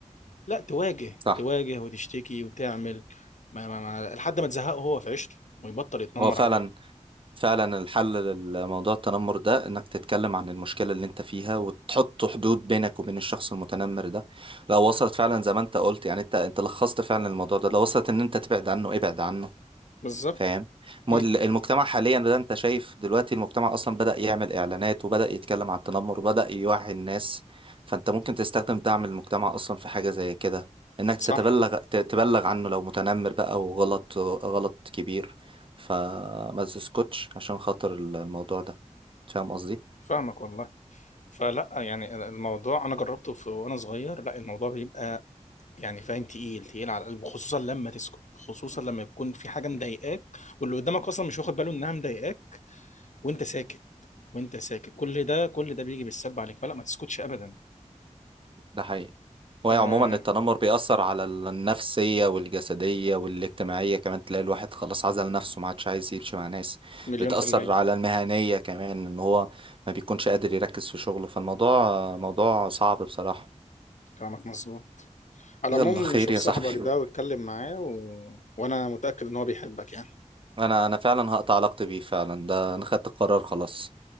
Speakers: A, on the left; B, on the right.
A: لا تواجه
B: صح
A: تواجه وتشتكي وتعمل ما ما ما لحد ما تزهقه هو في عيشته ويبطل يتنمر
B: هو فعلا
A: عليه
B: فعلا الحل لموضوع التنمر ده انك تتكلم عن المشكلة اللي انت فيها وتحط حدود بينك وبين الشخص المتنمر ده لو وصلت فعلا زي ما انت قلت يعني انت انت لخصت فعلا الموضوع ده لو وصلت ان انت تبعد عنه ابعد عنه
A: بالظبط
B: فاهم م-
A: مم.
B: المجتمع حاليا ده انت شايف دلوقتي المجتمع اصلا بدأ يعمل اعلانات وبدأ يتكلم عن التنمر وبدأ يوعي الناس فانت ممكن تستخدم دعم المجتمع اصلا في حاجة زي كده انك
A: صح
B: تتبلغ ت- تبلغ عنه لو متنمر بقى وغلط غلط كبير فما تسكتش عشان خاطر الموضوع ده فاهم قصدي
A: فاهمك والله فلا يعني الموضوع انا جربته في وانا صغير لا الموضوع بيبقى يعني فاهم تقيل تقيل على القلب خصوصا لما تسكت خصوصا لما يكون في حاجه مضايقاك واللي قدامك اصلا مش واخد باله انها مضايقاك وانت ساكت وانت ساكت كل ده كل ده بيجي بالسلب عليك فلا ما تسكتش ابدا
B: ده حقيقي هو
A: آه
B: عموما التنمر بيأثر على النفسية والجسدية والاجتماعية كمان تلاقي الواحد خلاص عزل نفسه ما عادش عايز يمشي مع ناس
A: مليون
B: بتأثر
A: في المية
B: على المهنية كمان ان هو ما بيكونش قادر يركز في شغله فالموضوع موضوع صعب بصراحة
A: كلامك مظبوط على
B: يلا
A: العموم
B: خير
A: شوف
B: يا
A: صاحبك
B: صاحبي
A: ده واتكلم معاه و... وانا متأكد ان هو بيحبك يعني
B: <laughs> انا انا فعلا هقطع علاقتي بيه فعلا ده انا خدت القرار خلاص